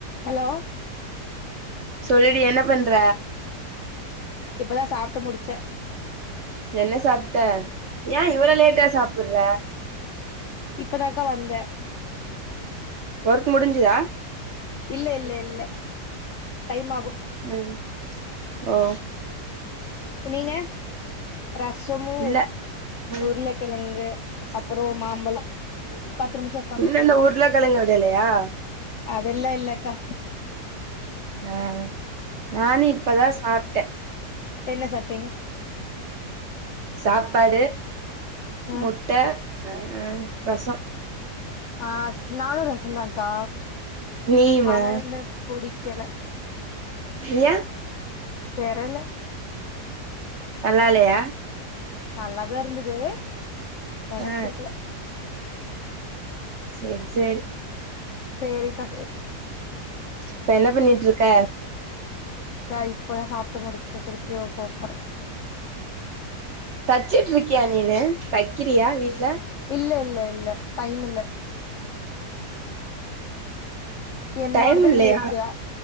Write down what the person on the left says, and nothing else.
hello
இப்பதா சாப்ட்டு முடிச்சே
இப்பதாக்கா வந்த
இல்ல இல்ல இல்ல டைம் ஆகு
நீங்க ரசமு
உருளக் கொழங்கு அப்றோ மாம்பழோ பத்து நிமுஷோ
அதெல்லா இல்லக்கா
என்ன சாப்ட்டீங்க
ஆ
அ நானு ரசொந்தாக்கா
ஆனா என்ன புடிக்கல
தெரல
நல்லாதா இர்ந்துது எனக்
புடிக்ல
சேரிக்கா சேரி
த இப்பதா சாப்ட்டு முடிச்ச திருப்யு போப்போற
இல்ல இல்ல இல்ல டைம் இல்ல என்னோடுது
இன்யு இருக்குயா